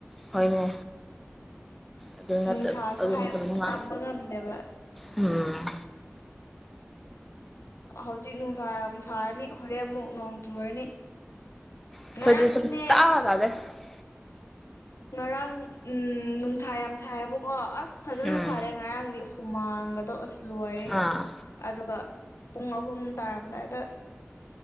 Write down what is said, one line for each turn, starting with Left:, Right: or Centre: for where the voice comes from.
Centre: ꯍꯣꯏꯅꯦ ꯑꯗꯨ ꯅꯠꯇꯕ
Left: ꯅꯨꯡꯁꯥꯁꯨ
Centre: ꯑꯗꯨ ꯅꯠꯇꯕꯅꯤꯅ
Left: ꯇꯝꯕ ꯉꯝꯗꯦꯕ
Centre: ꯎꯝ
Left: ꯍꯧꯖꯤꯛ ꯅꯨꯡꯁꯥ ꯌꯥꯝ ꯁꯥꯔꯅꯤ ꯍꯣꯔꯦꯟꯃꯨꯛ ꯅꯣꯡ ꯆꯨꯔꯅꯤ
Centre: ꯑꯩꯈꯣꯏꯗꯤ
Left: ꯉꯔꯥꯡ
Centre: ꯁꯨꯝ
Left: ꯁꯅꯦ
Centre: <unintelligible>
Left: ꯉꯔꯥꯡ ꯎꯝ ꯅꯨꯡꯁꯥ ꯌꯥꯝ ꯁꯥꯏꯌꯦꯕꯀꯣ ꯑꯁ ꯐꯖꯅ
Centre: ꯎꯝ
Left: ꯁꯥꯔꯦ ꯉꯔꯥꯡꯗꯤ ꯍꯨꯃꯥꯡꯒꯗꯣ ꯑꯁ ꯂꯣꯏꯔꯦ
Centre: ꯑꯥ
Left: ꯑꯗꯨꯒ ꯄꯨꯡ ꯑꯍꯨꯝ ꯇꯥꯔꯝꯗꯥꯏꯗ